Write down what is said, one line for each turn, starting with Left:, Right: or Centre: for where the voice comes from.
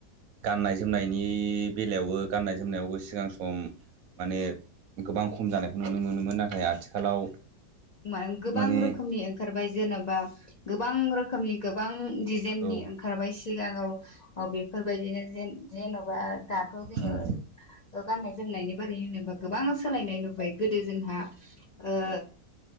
Right: गाननाय जोमनायनि बेलायावबो गाननाय जोमनायावबो सिगां सम माने गोबां खम जानायखौ नुनो मोनोमोन। नाथाय आथिखालाव
Left: मा गोबां
Right: माने
Left: रोखोमनि ओंखारबाय जेनेबा गोबां रोखोमनि गोबां दिजाइननि
Right: औ
Left: ओंखारबाय सिगां औ बेफोरबायदिनो जेन जेनबा दाथ जोङो
Right: उम
Left: गाननाय जोमनायनि बारै होनोबा गोबां सोलायनाय नुबाय गोदो जोंहा ओ